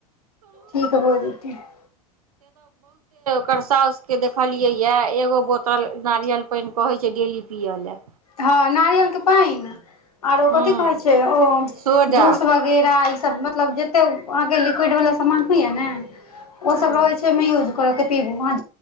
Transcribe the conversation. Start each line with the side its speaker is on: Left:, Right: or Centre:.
Left: ठीक भय जेतय‌। थि <inaudible>
Right: एकर सासु केँ देखलियै या एगो बोतल नारियल पानि कहैय छैक डेली पियऽ लेय।
Left: हँ नारियलकेँ पानि आरो
Right: हँ
Left: कथि कहैय छैक ओ
Right: सोडा
Left: जूस वगेरह मतलब जतेक अहाँके लिक्विड वला सामान होइत अछि ने ओ
Right: हँ
Left: सब रहैत छैक यूज मे कोलक <inaudible> पीबू आहाँ